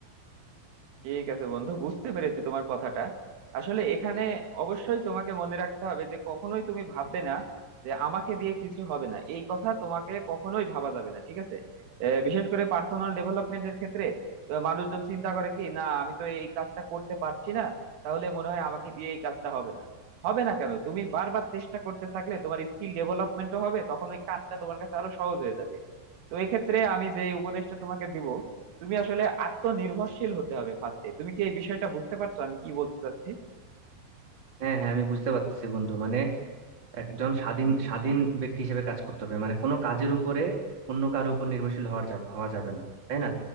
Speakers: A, on the right; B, on the right.
A: ঠিক আছে বন্ধু বুঝতে পেরেছি তোমার কথাটা আসলে এখানে অবশ্যই তোমাকে মনে রাখতে হবে যে কখনোই তুমি ভাববে না যে আমাকে দিয়ে কিছু হবে না এই কথা তোমাকে কখনোই ভাবা যাবে না ঠিক আছে আহ, বিশেষ করে পার্সোনাল ডেভেলপমেন্টের ক্ষেত্রে তো মানুষজন চিন্তা করে কি না আমি তো এই কাজটা করতে পারছি না তাহলে মনে হয় আমাকে দিয়ে এই কাজটা হবে না হবে না কেন তুমি বারবার চেষ্টা করতে থাকলে তোমার স্কিল ডেভেলপমেন্টও হবে তখন ওই কাজটা তোমার কাছে আরো সহজ হয়ে যাবে তো এক্ষেত্রে আমি যে উপদেশটা তোমাকে দিব তুমি আসলে আত্মনির্ভরশীল হতে হবে ফার্স্টে তুমি কি এই বিষয়টা বুঝতে পারছো আমি কি বলতে চাচ্ছি
B: হ্যাঁ হ্যাঁ আমি বুঝতে পারতেছি বন্ধু মানে একজন স্বাধীন স্বাধীন ব্যক্তি হিসেবে কাজ করতে হবে মানে কোনো কাজের উপরে অন্য কারো উপর নির্ভরশীল হওয়া যাবে হওয়া যাবে না তাই না